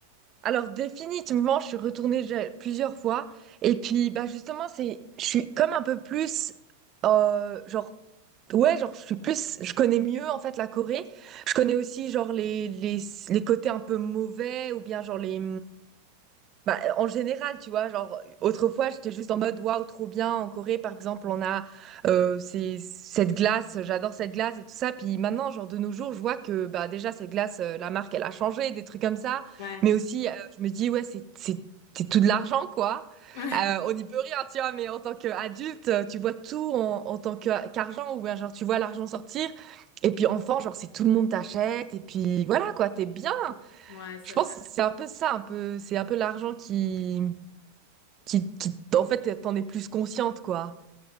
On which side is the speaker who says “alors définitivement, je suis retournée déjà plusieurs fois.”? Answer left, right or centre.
Right